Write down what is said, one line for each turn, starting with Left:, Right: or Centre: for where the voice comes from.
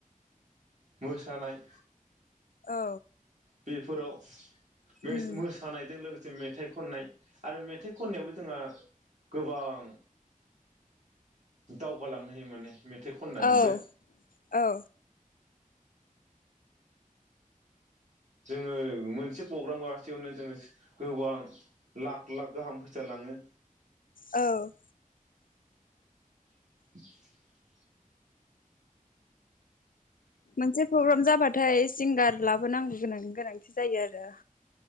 Right: मोसानाय
Left: औ
Right: बेफोराव
Left: उम
Right: मेस मोसानायजों लोगोस से मेथाइ खननाय आरो मेथाइ खननायावबो जोंहा गोबां दावगालांनो हायो माने मेथाइ खननानैबो।
Left: औ औ
Right: जोङो मोनसे पग्राम गागा सेयावनो जोङो गोबां लाख लाख गाहाम फैसा लाङो।
Left: औ
Right: <inaudible>
Left: मोनसे प्रग्राम जाबाथ थाय सिंगार लाबोनांगौ गोनांनि गोनांथि जायो आरो।